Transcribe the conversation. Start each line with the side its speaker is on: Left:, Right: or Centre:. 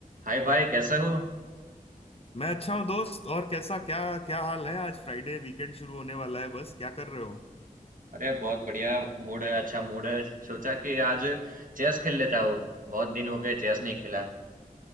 Right: हाय भाई कैसे हो
Left: मैं अच्छा हूँ दोस्त और कैसा क्या क्या हाल है आज फ्राइडे वीकेंड शुरू होने वाला है बस क्या कर रहे हो
Right: अरे बहुत बढ़िया मूड है अच्छा मूड है सोचा कि आज चेस खेल लेता हूँ बहुत दिन हो गए चेस नहीं खेला